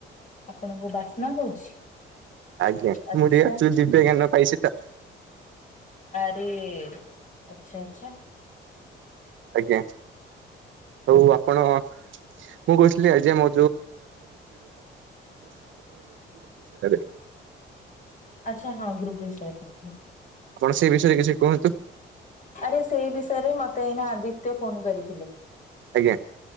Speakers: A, on the left; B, on the right.
A: ଆପଣଙ୍କୁ ବାସ୍ନା ହଉଛି?
B: ଆଜ୍ଞା!
A: ଆଚ୍ଛା
B: ମୁଁ ଟିକେ ଦିବ୍ୟଜ୍ଞାନ ପାଇଛି ତ।
A: ଆରେ, ଆଛା ଆଛା।
B: ଆଜ୍ଞା ହଉ ଆପଣ ମୁଁ କହୁଥିଲି ଆଜି ଆମ <inaudible>
A: ଆଚ୍ଛା! ହଁ ଗ୍ରୁପ ବିଷୟ ରେ।
B: ଆପଣ ସେଇ ବିଷୟରେ କିଛି କୁହନ୍ତୁ।
A: ଆରେ ସେଇ ବିଷୟରେ ମତେ ଏଇନା ଆଦିତ୍ୟ ଫୋନ କରିଥିଲେ।
B: ଆଜ୍ଞା।